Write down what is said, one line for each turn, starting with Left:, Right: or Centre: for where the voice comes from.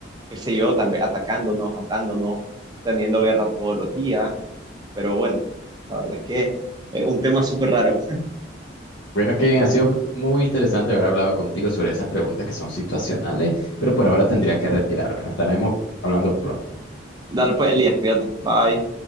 Right: Qué sé yo, tal vez atacándonos, matándonos, teniendo guerra todos los días. Pero bueno, la verdad es que es un tema súper raro.
Left: Bueno, Kevin, ha sido muy interesante haber hablado contigo sobre esas preguntas que son situacionales, pero por ahora tendría que retirarme. Nos estaremos hablando pronto.
Right: Dale pues, Elías, cuídate. Bye.